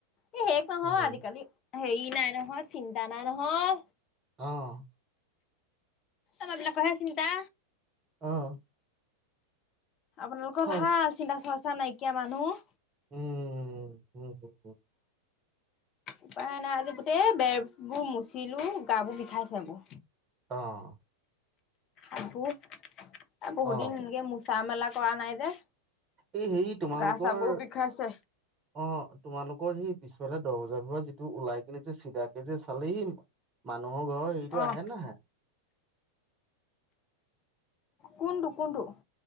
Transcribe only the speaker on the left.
এই হেগ নহয়,
আজিকালি হেই নাই নহয় চিন্তা নাই নহয়।
আমা বিলাকৰহে চিন্তা।
আপোনালোকৰ
ভাল চিন্তা চৰ চা নাইকিয়া মানুহ।
উপায় নাই, আজি গোটেই বেৰবোৰ মুচিলো গা বোৰ বিষাইছে বো
আকৌ। এ বহুত
দিন এনকে মোচা মেলা কৰা নাই যে
গা চাবোৰ বিষাইছে।
অ'
কোনটো কোনটো?